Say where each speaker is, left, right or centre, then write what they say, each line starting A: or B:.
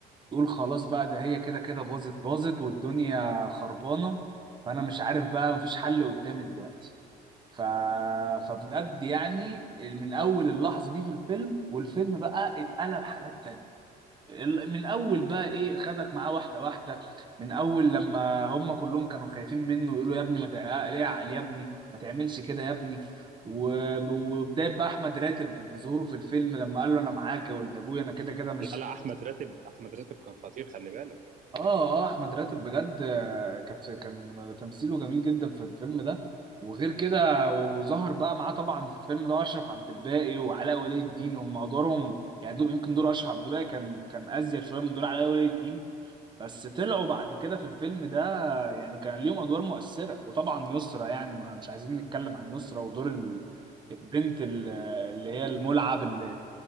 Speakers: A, on the right; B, on the right.
A: يقول خلاص بقى ده هي كده كده باظت باظت والدنيا خربانة فأنا مش عارف بقى مفيش حل قدامي دلوقتي ف... فبجد يعني من أول اللحظة دي في الفيلم والفيلم بقى اتقلب حاجات تانية ال- من اول بقى ايه خدك معاه واحده واحده من اول لما هم كلهم كانوا خايفين منه يقولوا يا ابني ما تع- ليه عقل يا ابني ما تعملش كده يا ابني و- وبدايه بقى احمد راتب بظهوره في الفيلم لما قال له انا معاك يا ولد ابويا انا كده كده مش
B: لا لا احمد راتب احمد راتب كان خطير خلي بالك
A: اه اه احمد راتب بجد آه، كانت كان تمثيله جميل جدا في الفيلم ده وغير كده وظهر بقى معاه طبعا في الفيلم ده اشرف عبد الباقي وعلاء ولي الدين هم ادوارهم يعني دول يمكن دور اشرف عبد الباقي كان كان ازيد شويه من دور علاء ولي الدين بس طلعوا بعد كده في الفيلم ده يعني كان ليهم ادوار مؤثره وطبعا يسرا يعني ما مش عايزين نتكلم عن يسرا ودور ال- البنت اللي هي الملعب اللي,